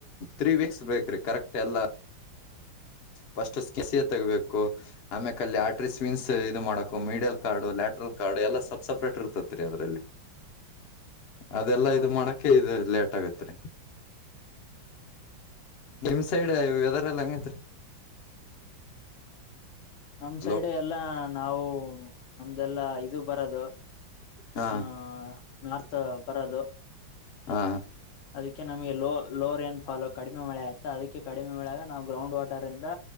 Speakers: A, on the left; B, on the left.
A: ಥ್ರೀ ಫಿಕ್ಸ್ ಬೇಕರೀ ಕರೆಕ್ಟ್ ಎಲ್ಲ ಫಸ್ಟ್ ಕಿಸಿಯ ತಗಬೇಕು ಆಮ್ಯ ಕ ಅಲ್ಲಿ ಆಟ್ರಿ ಸ್ವಿನ್ಸ್ ಇದು ಮಾಡಕು ಮೀಡಿಯಲ್ ಕ ಲೇಟರಲ್ ಕಾರ್ಡ್ ಎಲ್ಲ ಸಪ್ ಸಪ್ರೇಟ್ ಇರ್ತತ್ ರೀ ಅದರಲ್ಲಿ ಅದೆಲ್ಲಾ
B: ಹೌದು
A: ಇದು ಮಾಡೋಕ ಇದು ಲೇಟ್ ಅಗತಾರಿ ನಿಮ್ ಸೈಡ್ ವೆದರ್ ಎಲ್ಲಾ <inaudible>
B: ನಮ್
A: ಹಲೋ
B: ಸೈಡ್ ಎಲ್ಲಾ ನಾವು ನಮ್ದಲ್ಲಾ ಇದು ಬರದು
A: ಹಾ
B: ಹ ನಾರ್ತ್ ಬರೋದು
A: ಹಾ
B: ಅದಕ್ಕೆ ನಮ್ಗೆ ಎಲ್ಲೋ ಲೋರ್ ಏನ್ ಫಾಲ್ ಕಡಿಮೆ ಮಳೆ ಆಯತಾ ಅದಕ್ಕೆ ಕಡಿಮೆ ಮಳಾಗ ನಾವು ಗ್ರೌಂಡ್ ವಾಟರ್ ಇಂದ